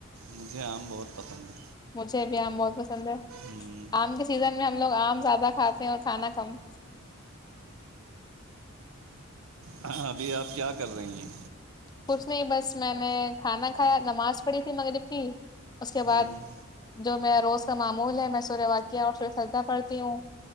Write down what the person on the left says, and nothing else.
مجھے ا بھی آم بہت پسند ہے
آم کے سیزن میں ہم لوگ آم زیادہ کھاتے ہیں اور کھانا کم
کچھ نہیں بس میں نے کھانا کھایا نماز پڑھی تھی مغرب کی اس کے بعد
جو میرا روز کا معمول ہے میں سورہ واقعہ اور سور سجنا پڑھتی ہوں